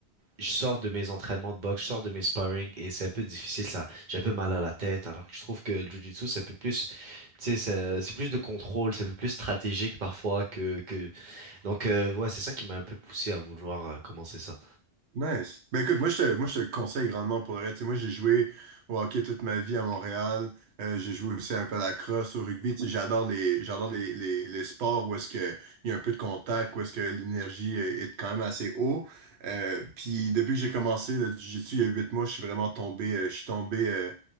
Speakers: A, on the right; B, on the right.
A: je sors de mes entraînements de boxe je sors de mes sparring et c'est un peu difficile ça j'ai un peu mal à la tête alors que je trouve que le jujutsu c'est un peu plus Tu sais, ça- c'est plus de contrôle, c'est un peu plus stratégique parfois que, que... Donc, euh, ouais, c'est ça qui m'a un peu poussé à vouloir euh, commencer ça.
B: Nice. Ben écoute, moi je te, moi je te le conseille grandement pour le reste. Tu sais, moi j'ai joué au hockey toute ma vie à Montréal. Euh, j'ai joué aussi un peu à la crosse, au rugby. Tu sais, j'adore les, j'adore les, les, les sports où est-ce que il y a un peu de contact, où est-ce que l'énergie est est quand même assez haut. Euh, puis depuis que j'ai commencé le jiu-jitsu il y a huit mois, je suis vraiment tombé, euh, je suis tombé euh,